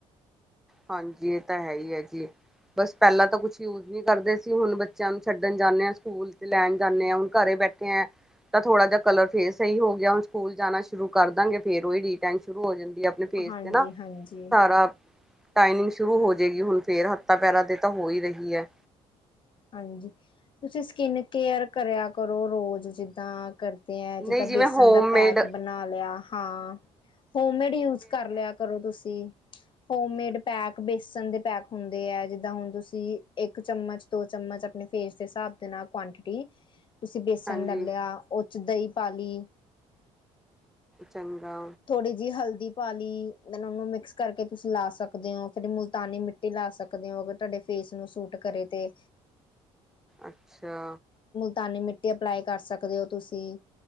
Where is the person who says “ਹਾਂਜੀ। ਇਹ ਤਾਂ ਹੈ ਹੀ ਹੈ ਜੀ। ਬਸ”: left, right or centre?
Centre